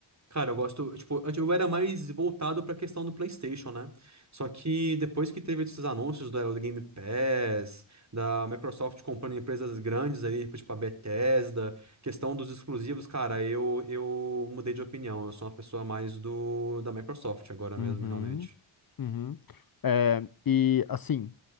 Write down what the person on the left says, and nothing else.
Uhum,
uhum. É, e assim,